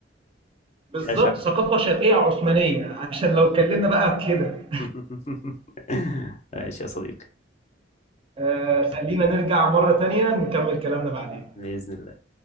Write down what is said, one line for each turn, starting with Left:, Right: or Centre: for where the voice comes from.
Right: بالضبط،
Left: فيها شبه
Right: ثقافة شرقية عثمانية، عشان لو اتكلمنا بقى كده
Left: <laughs> ماشي يا صديقي
Right: <laughs> آآ خلّينا نرجع مرة تانية نكمل كلامنا بعدين.
Left: بإذن الله